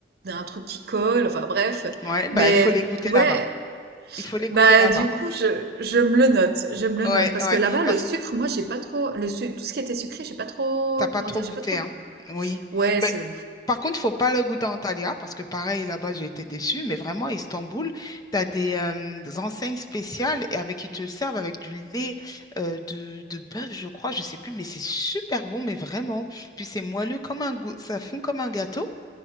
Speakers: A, on the right; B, on the left.
A: un truc qui colle. Enfin, bref.
B: Ouais, bah,
A: Mais
B: il faut les goûter
A: ouais,
B: là-bas. Il faut les
A: bah
B: goûter là-bas.
A: du coup, je je me le note, je me le
B: Ouais,
A: note parce
B: ouais,
A: que là-bas,
B: parce
A: le sucre,
B: que
A: moi, j'ai pas trop le su- tout ce qui était sucré, j'ai pas trop,
B: t'as pas
A: comment
B: trop
A: dire,
B: goûté,
A: j'ai pas trop.
B: hein. Oui.
A: Ouais, c'est
B: Mais, par contre, faut pas le goûter en Antalya, parce que pareil, là-bas, j'ai été déçue. Mais vraiment, à Istanbul, t'as des, euh, des enseignes spéciales et avec qui te servent avec du lait euh, de, de bœuf, je crois, je sais plus, mais c'est super bon, mais vraiment. Puis c'est moelleux comme un gâteau, ça fond comme un gâteau.